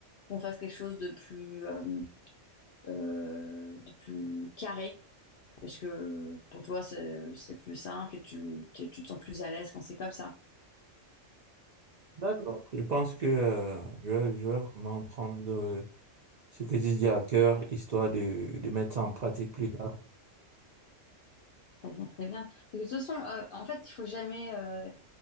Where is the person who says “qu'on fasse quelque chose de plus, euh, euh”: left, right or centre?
Left